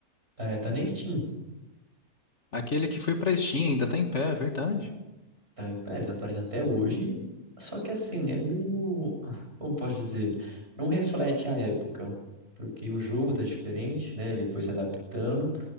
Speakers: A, on the right; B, on the left.
A: é, tá na Steam.
B: aquele que foi pra Steam ainda tá em pé, é verdade.
A: Tá, então, eles atualizam até hoje. Só que assim, é meio, como posso dizer, não reflete a época, porque o jogo tá diferente, né? Ele foi se adaptando